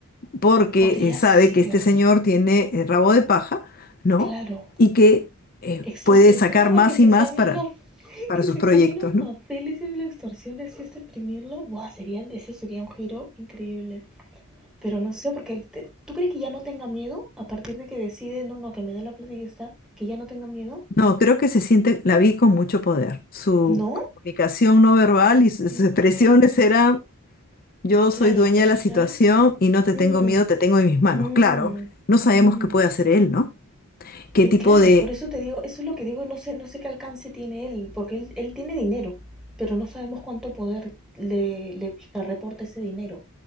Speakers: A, on the left (about 40°); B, in the centre.
A: porque
B: Podría
A: eh, sabe
B: ser,
A: que este señor tiene eh, rabo de paja, ¿no?
B: claro.
A: Y que eh,
B: Extorsionó,
A: puede sacar más
B: ¡ah! que se
A: y más
B: cambien
A: para,
B: los, <laughs>
A: para
B: que
A: sus
B: se
A: proyectos,
B: cambien los papeles
A: ¿no?
B: y lo extorsiones y este exprimirlo. Buah, sería, ese sería un giro increíble. Pero no sé, porque te- tú crees que ya no tenga miedo a partir de que decide, no, no, que me dé la plata y ya está, que ya no tenga miedo.
A: No, creo que se siente, la vi con mucho poder. Su
B: ¿No?
A: comunicación no verbal y sus
B: Sí,
A: expresiones
B: sí,
A: era, yo
B: claro,
A: soy dueña
B: al
A: de
B: final.
A: la situación y no te
B: Mm,
A: tengo miedo, te tengo en mis manos.
B: mm,
A: Claro, no sabemos
B: mm.
A: qué puede hacer él, ¿no? ¿Qué
B: Eh,
A: tipo
B: claro,
A: de...
B: por eso te digo, eso es lo que digo, no sé, no sé qué alcance tiene él, porque él, él tiene dinero, pero no sabemos cuánto poder le, le, le reporta ese dinero.